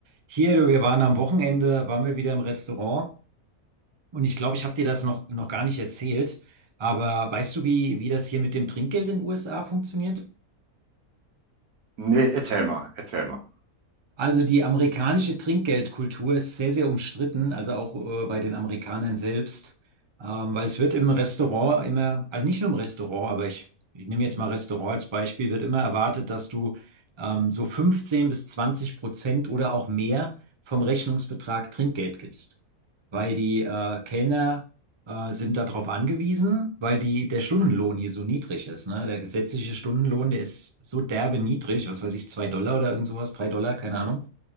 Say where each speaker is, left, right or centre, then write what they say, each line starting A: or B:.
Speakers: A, on the right (about 35°); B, on the right (about 75°).
A: Hier, du, wir waren am Wochenende, waren wir wieder im Restaurant und ich glaube, ich habe dir das noch, noch gar nicht erzählt, aber weißt du, wie, wie das hier mit dem Trinkgeld in den USA funktioniert?
B: Nee, erzähl mal, erzähl mal.
A: Also die amerikanische Trinkgeldkultur ist sehr, sehr umstritten, also auch äh, bei den Amerikanern selbst, ähm, weil es wird im Restaurant immer, also nicht nur im Restaurant, aber ich, ich nehme jetzt mal Restaurant als Beispiel, wird immer erwartet, dass du ähm, so 15 bis 20 Prozent oder auch mehr vom Rechnungsbetrag Trinkgeld gibst. weil die äh, Kellner äh, sind darauf angewiesen, weil die, der Stundenlohn hier so niedrig ist. Ne? Der gesetzliche Stundenlohn, der ist so derbe niedrig, was weiß ich, zwei Dollar oder irgend sowas, drei Dollar, keine Ahnung.